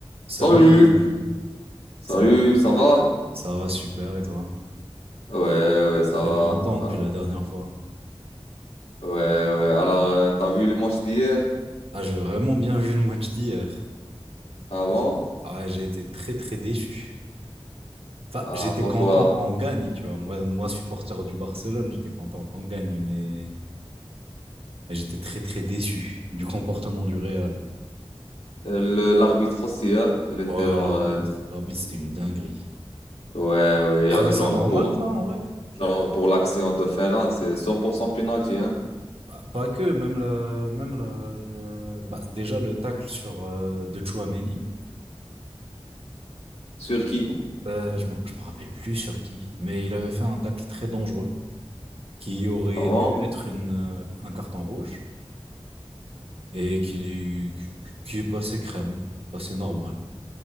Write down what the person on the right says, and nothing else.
Salut,
Mohamed.
Ça va?
Ça va super, et toi?
Ça
fait longtemps depuis
la dernière fois.
Ah, j'ai vraiment bien vu le match d'hier.
J'ai- Ah, j'ai été très, très déçu. Enfin,
j'étais
content quand on gagne, tu vois. Moi, moi, supporter du Barcelone, j'étais content quand on gagne, mais mais j'étais très, très déçu du comportement du Real.
Ouais,
l'arbitre,
l'arbitre, c'était une dinguerie.
Trouvais
ça
normal,
toi, en vrai?
Bah, pas que, même la, même la, le- bah, déjà le tacle sur euh, de Tchouaméni.
Euh, je ne me rappelle plus sur qui, mais il avait fait un tacle très dangereux qui aurait
dû être une, euh, un carton rouge et qui, qui est passé crème, passé normal.